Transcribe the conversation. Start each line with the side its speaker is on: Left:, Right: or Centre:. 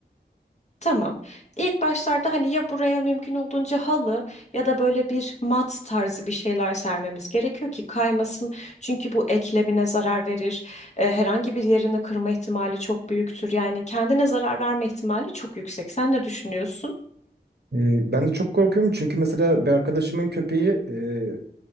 Left: Tamam. İlk başlarda hani ya buraya mümkün olduğunca halı ya da böyle bir mat tarzı bir şeyler sermemiz gerekiyor ki kaymasın. Çünkü bu eklemine zarar verir. E, herhangi bir yerini kırma ihtimali çok büyüktür. Yani kendine zarar verme ihtimali çok yüksek. Sen ne düşünüyorsun?
Right: Ee, Ben de çok korkuyorum çünkü mesela bir arkadaşımın köpeği e,